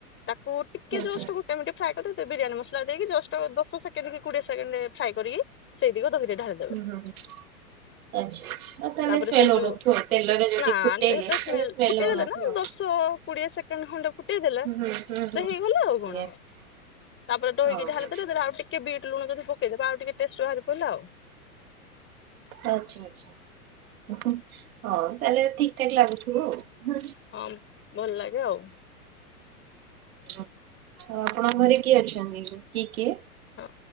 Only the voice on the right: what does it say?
ଆଚ୍ଛା।
ହଁ ଆଛା ଆଉ ତାହେଲେ
ସ୍ମେଲ
ହଉନଥିବ ତେଲରେ ଯଦି
ଫୁଟେଇଲେ
ତାହେଲେ ସ୍ମେଲ
ହଉନଥିବ।
ହୁଁ ହୁଁ
ହୁଁ ହୁଁ ଆଜ୍ଞା
ହଁ
ଆଚ୍ଛା ଆଚ୍ଛା ହଉ ତାହେଲେ ଠିକ୍ ଠାକ୍ ଲାଗୁଥିବ ଆଉ। ହୁଁ,
ଓଃ ଆଉ ଆପଣଙ୍କ ଘରେ କିଏ ଅଛନ୍ତି କିଏ କିଏ।